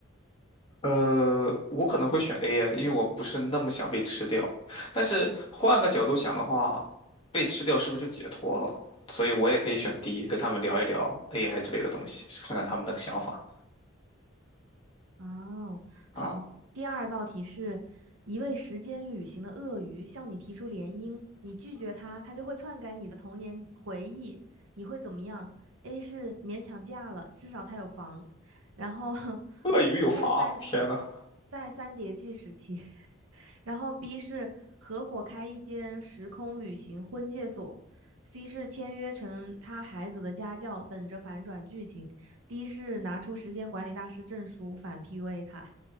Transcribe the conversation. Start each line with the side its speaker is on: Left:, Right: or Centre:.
Left: 呃，我可能会选 A 耶，因为我不是那么想被吃掉。但是换个角度想的话，被吃掉是不是就解脱了？所以我也可以选 D，跟他们聊一聊 AI 之类的东西，看看他们的想法。
Right: 嗯哦，
Left: 啊，
Right: 好，第二道题是一位时间旅行的鳄鱼向你提出联姻，你拒绝他，他就会篡改你的童年回忆，你会怎么样？A 是勉强嫁了，至少他有房，然后 <laughs>
Left: 鳄鱼有房，
Right: 在三
Left: 天呐，<laughs>
Right: 在三叠纪时期然后 B 是合伙开一间时空旅行婚介所，C 是签约成他孩子的家教，等着反转剧情，D 是拿出时间管理大师证书反 PUA 他。